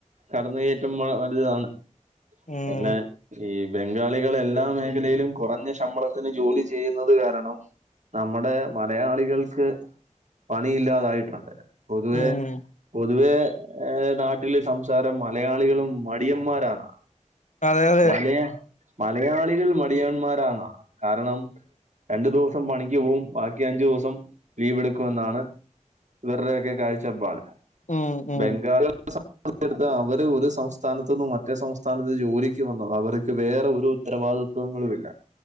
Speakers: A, on the right; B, on the left.
A: കടന്നു കയറ്റം വള വലുതാണ്.
B: ഉം
A: പിന്നേ, <unintelligible> ബംഗാളികള് എല്ലാ മേഖലയിലും കൊറഞ്ഞ ശമ്പളത്തിന് ജോലി ചെയ്യുന്നത് കാരണം, നമ്മടെ മലയാളികൾക്ക് പണിയില്ലാതായിട്ടുണ്ട്. പൊതുവേ
B: ഉം
A: പൊതുവേ ഏ നാട്ടില് സംസാരം മലയാളികളും മടിയമ്മാരാന്നാ.
B: അതെ അതെ
A: മലയാ മലയാളികൾ മടിയന്മാരാന്നാ, കാരണം, രണ്ട് ദുവ്സം പണിയ്ക്ക് പോവും, ബാക്കി അഞ്ചു ദുവ്സം ലീവ്ട്ക്കും. ന്നാണ് ഇവര്‌ടെയൊക്കെ കാഴ്ചപ്പാട്.
B: ഉം ഉം
A: ബംഗാളിക <unintelligible> സം <unintelligible> അവര് ഒരു സംസ്ഥാനത്ത്ന്നും മറ്റേ സംസ്ഥാനത്ത് ജോലിയ്ക്ക് വന്നതാ, അവര്ക്ക് വേറെ ഒരു ഉത്തരവാദി സുഖങ്ങളുമില്ല.